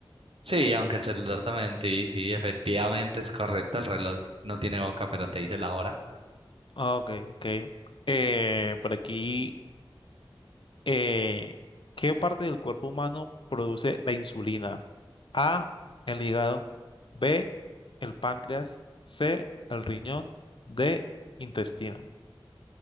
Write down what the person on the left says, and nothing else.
Ah, Ok, ok. Eh, por aquí, eh, ¿qué parte del cuerpo humano produce la insulina? A, el hígado, B, el páncreas, C, el riñón, D, intestino.